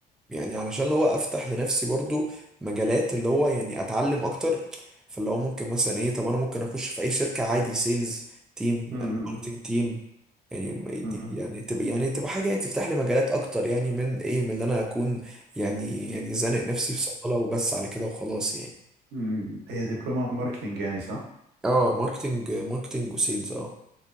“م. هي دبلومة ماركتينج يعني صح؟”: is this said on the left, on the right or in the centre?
Right